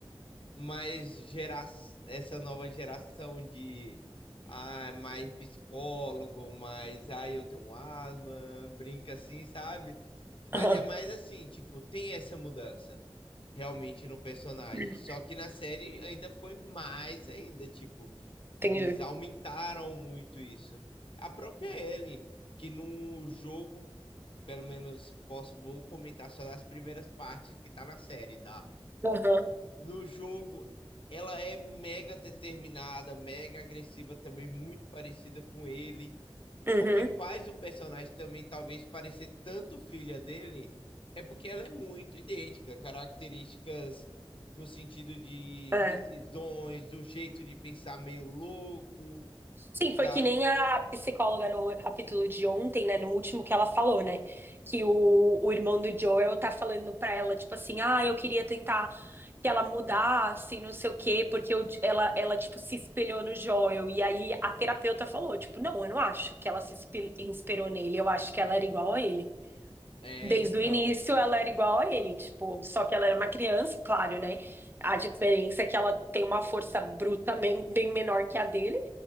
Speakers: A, on the left; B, on the right.
A: mais gera essa nova geração de ah, mais psicólogo, mais ah, eu tenho asma, brinca assim, sabe? Mas
B: <laughs> Aham.
A: é mais assim, tipo, tem essa mudança realmente no personagem.
B: <clears throat>
A: Só que na série ainda foi mais ainda, tipo,
B: Entendi.
A: eles aumentaram muito isso. A própria Ellie, que no jogo, pelo menos posso, vou comentar só das primeiras partes que tá na série, tá?
B: Aham.
A: No jogo, ela é mega determinada, mega agressiva também, muito parecida com ele.
B: Uhum.
A: É o que faz o personagem também talvez parecer tanto filha dele, é porque ela é muito idêntica, características no sentido de
B: É.
A: decisões, do jeito de pensar meio louco,
B: Sim, foi
A: sabe?
B: que nem a psicóloga no capítulo de ontem, né? No último que ela falou, né? Que o, o irmão do Joel tá falando pra ela, tipo assim, ah, eu queria tentar que ela mudasse, não sei o quê, porque eu- ela, ela, tipo, se espelhou no Joel. E aí a terapeuta falou, tipo, não, eu não acho que ela se espe- inspirou nele, eu acho que ela era igual a ele.
A: É,
B: Desde
A: então,
B: o início ela era igual a ele, tipo, só que ela era uma criança, claro, né? A diferença é que ela tem uma força bruta men- bem menor que a dele,